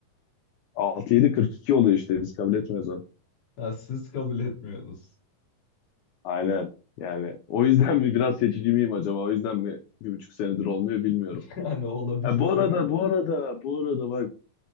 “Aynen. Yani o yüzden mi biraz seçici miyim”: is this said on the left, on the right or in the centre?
Left